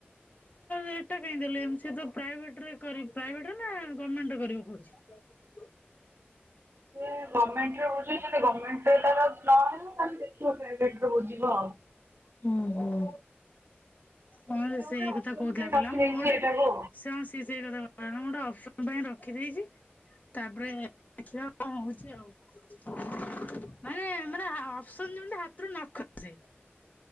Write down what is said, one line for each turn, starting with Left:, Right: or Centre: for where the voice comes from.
Left: ସେଟା କାଇଁ ଦେଲୁ ଏମ୍ ସେ ତ ପ୍ରାଇଭେଟ ରହି କରେ ପ୍ରାଇଭେଟ ର ନା ଗମେଣ୍ଟ ର କରେଇବ କହୁଛି।
Right: ସିଏ ଗମେଣ୍ଟ ରେ ହଉଛି। ଯଦି ଗମେଣ୍ଟ ରେ ତାର ନହେଲା ତାହେନେ ଦେଖିବ ପ୍ରାଇଭେଟ୍ ରେ ବୁଝିବ ଆଉ।
Left: ହୁଁ ହୁଁ। ହଁ ରେ
Right: ଗୋଟେ
Left: ସେ ଏଇ
Right: ଅପସନ
Left: କଥା କହୁଥିଲା
Right: ପାଇଁ
Left: କହିଲା
Right: ରଖିଦେଇଛି
Left: ମୁଁ ଗୋଟେ
Right: ଏଇଟାକୁ।
Left: ସେ ହଁ ସେ ସେଇ କଥା କହୁଥିଲା ମୁଁ ଗୋଟେ ଅଫ ସନ୍ ପାଇଁ ରଖିଦେଇଚି ତା ପରେ ଦେଖିବା କଣ ହଉଚି ଆଉ। ମାନେ ମାନେ ଆ ଅପସନ୍ ଯେମିତି ହାତରୁ ନଖସେ।